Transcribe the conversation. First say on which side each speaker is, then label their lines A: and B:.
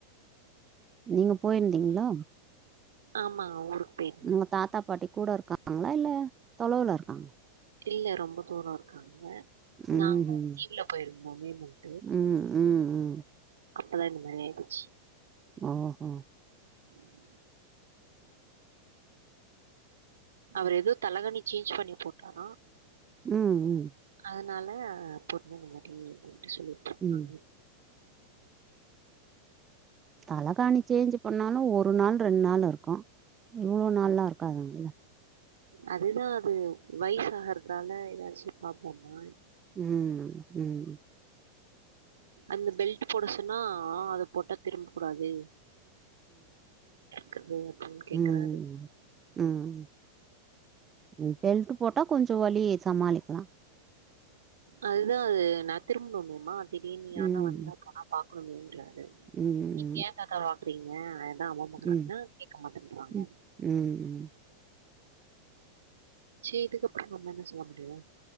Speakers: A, on the right; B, on the right.
A: நீங்க போயிருந்தீங்களா
B: ஆமா ஊருக்கு பேய்
A: உங்க தாத்தா பாட்டி கூட இருக்காங்களா இல்ல தொலைவுல இருக்காங்களா
B: கில்ல ரொம்ப தூரோ இருக்காங்க நாங்க
A: ம்ஹும்
B: கீழ போயிருந்தோ <unintelligible>
A: ம் ம் ம்
B: அப்பதா இந்த மாரி ஆயிபோச்சு
A: ஆ ஹ
B: <inaudible> அவர் ஏதோ தலைகனி சேஞ்ச் பண்ணி போட்டாரா
A: ம் ம்
B: அதனால <unintelligible> மாதிரி சொல்லி இருக்காங்க
A: ம் தலகாணி சேஞ்ச் பண்ணாலு ஒரு நாள் ரெண்டு நாள் இருக்கு மூணு நாள்லா இருக்காதுங்கள்ள
B: அதுதா அது வயசு ஆகறதுனால ஏதாச்சி பாப்போம்மா
A: ம் ம்
B: அந்த பெல்ட் போட சொன்னா ஆ அத போட்டா திரும்ப கூடாது <unintelligible> கேக்குறாரு
A: ம் ம் ம் ம் பெல்ட் போட்டா கொஞ்சோ வழி சமாளிக்கலா
B: அதுதா அது நா திரும்புனுமேமா திடீர்னு யார்னா
A: ம்
B: வந்தா கா பாக்கணுமேன்றாரு
A: ம்
B: நீங்க ஏன் தாத்தா பாக்குறீங்க <unintelligible>
A: ம்
B: கேட்க மாட்டேன்றறாங்க
A: ம் ம்
B: செய்துக்கப்ரோ நம்ம என்ன சொல்ல முடியு